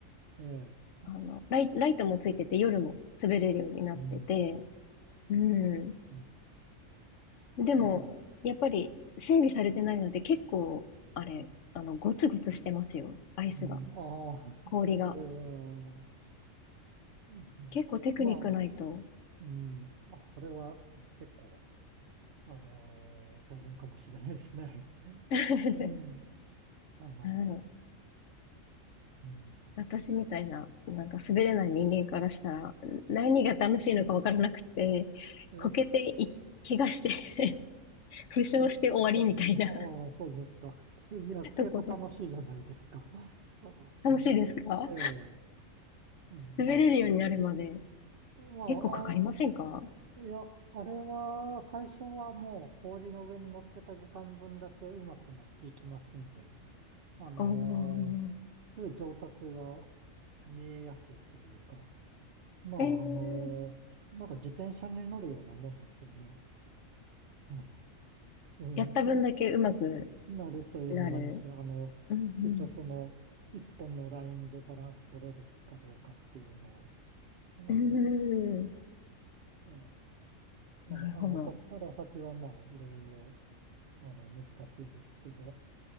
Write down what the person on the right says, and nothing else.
い、ええ
うん、
え
ああ、
うん、ああ、
それは、うん、うんまあ、
うん、あ、それは結構、あのー大変かもしれないですね。
<laughs> ええ、
あの
ーうん。
え、
うんああ、そうですか。スケ、いや、スケート楽しいじゃないですか。
あうんえ
え、ええ、
まあ、まあ、
あ、いや、あれは、最初はもう氷の上に乗ってた時間分だけ上手くなっていきますんで、あのーすごい上達が
見えやすいというか、まあ、
あのなんか自転車に乗るようなもんですよね。うんそうね
なるというのもありますね。
あの、
一応その、一本のラインでバランス取れるかどうかっていうのは、
あの、
ええ、まあ、
あの、そこから先はまあ、いろいろ、あの、難しいですけど、